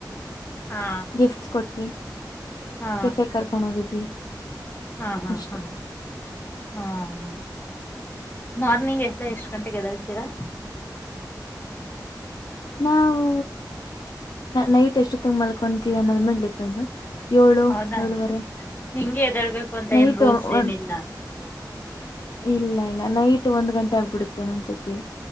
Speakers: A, on the left; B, on the left.
A: ಹಾ
B: ಗಿಫ್ಟ್ಸ್ ಕೊಟ್ವಿ,
A: ಹಾ
B: ಕೆಫೆ ಕರ್ಕೊಂಡ್ ಹೋಗಿದ್ವಿ,
A: ಹಾ, ಹಾ,
B: ಅಷ್ಟೆ
A: ಹಾ ಹ್ಮ. ಮಾರ್ನಿಂಗ್ ಎಷ್ಟ ಎಷ್ಟು ಗಂಟೆಗೆ ಎದ್ದೇಳ್ತೀರಾ.
B: ನಾವು ನೈಟ್ ಎಷ್ಟೊತಿಗೆ ಮಲ್ಕೊತೀವಿ ಅನ್ನೋದ್ಮೇಲೆ ಡಿಪೆಂಡು. ಏಳು,
A: ಹೌದಾ
B: ಏಳುವರೆ
A: ಹಿಂಗೆ ಎದಳ್ಬೇಕು ಅಂತ
B: ನೈಟ
A: ಏನ್ ರೂಲ್ಸ್
B: ಒ-
A: ಏನಿಲ್ಲ
B: ಇಲ್ಲ ಇಲ್ಲ ನೈಟ್ ಒಂದ್ ಗಂಟೆ ಆಗ್ಬಿಡುತ್ತೆ ಒಂದೊಂದ್ ಸತಿ.